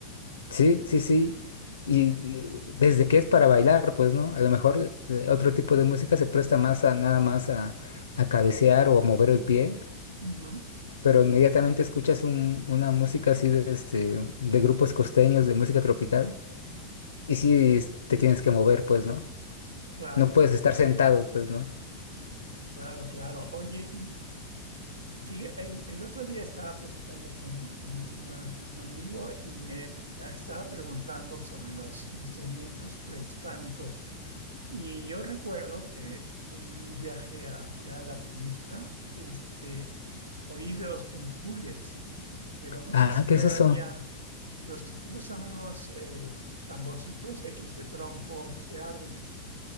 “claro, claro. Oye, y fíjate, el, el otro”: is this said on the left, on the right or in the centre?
Right